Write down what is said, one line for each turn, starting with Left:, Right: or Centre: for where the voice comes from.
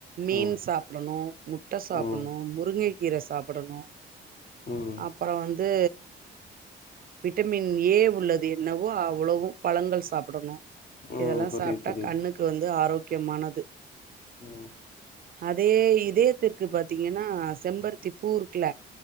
Right: மீன்
Left: ம்
Right: சாப்பிடணு முட்ட சாப்பிட்ணு
Left: ம்
Right: முருங்கை கீரை சாப்பிடணு
Left: ம்
Right: அப் அப்றோ வந்து விட்டமின் ஏ உள்ளது என்னவோ அவ்ளோவு பழங்கள் சாப்பிடணு
Left: ம்
Right: இதெல்லா
Left: புரியுது
Right: சாப்ட்டா
Left: புரியுது
Right: கண்ணுக்கு வந்து ஆரோக்கியமானது
Left: ம்
Right: அதே இதயத்திற்கு பாத்தீங்கன்னா செம்பருத்தி பூ இருக்குல